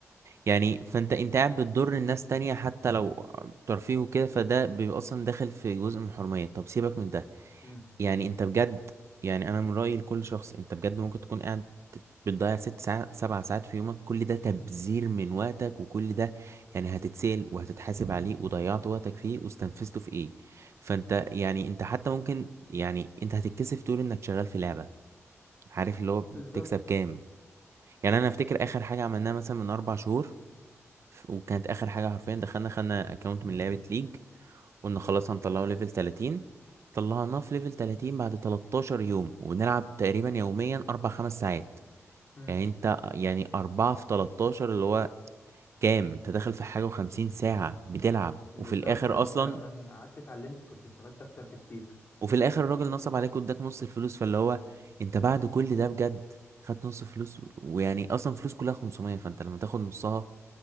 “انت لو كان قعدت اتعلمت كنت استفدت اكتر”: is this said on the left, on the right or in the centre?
Left